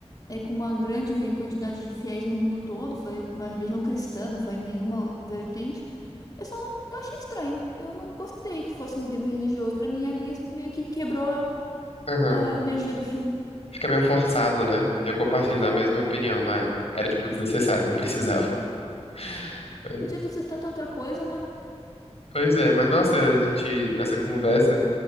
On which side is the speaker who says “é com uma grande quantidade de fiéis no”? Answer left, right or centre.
Left